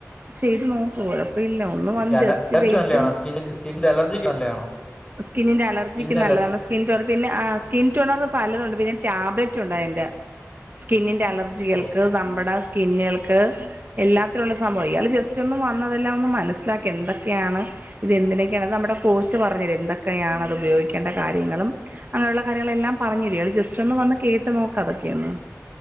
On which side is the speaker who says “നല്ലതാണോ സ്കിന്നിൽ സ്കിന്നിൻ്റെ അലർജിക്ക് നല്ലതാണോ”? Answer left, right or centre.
Left